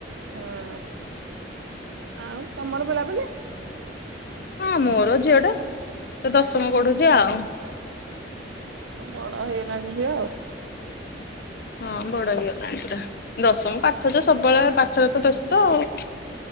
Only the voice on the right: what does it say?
ହୁଁ, ଆଉ ତମର ପିଲାପିଲି?
<unintelligible> ବଡ ହେଇଗଲାଣି ଝିଅ ଆଉ।